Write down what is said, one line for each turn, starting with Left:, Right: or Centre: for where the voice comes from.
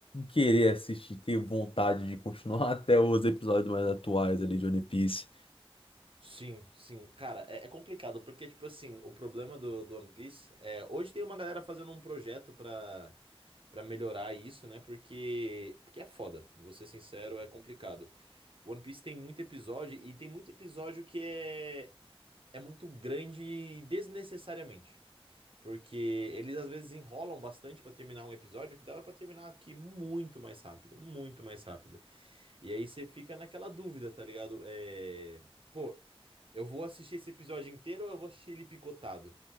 Left: querer assistir, ter vontade de continuar <laughs> até os episódios mais atuais ali de One Piece.
Right: sim, sim. Cara, é, é complicado, porque, tipo assim, o problema do, do One Piece é. Hoje tem uma galera fazendo um projeto pra, pra melhorar isso, né? Porque, porque é foda, vou ser sincero, é complicado. One Piece tem muito episódio, e tem muito episódio que é é muito grande desnecessariamente. Porque eles às vezes enrolam bastante pra terminar um episódio que dava pra terminar aqui muito mais rápido, muito mais rápido. E aí você fica naquela dúvida, tá ligado? É... Pô, eu vou assistir esse episódio inteiro ou eu vou assistir ele picotado?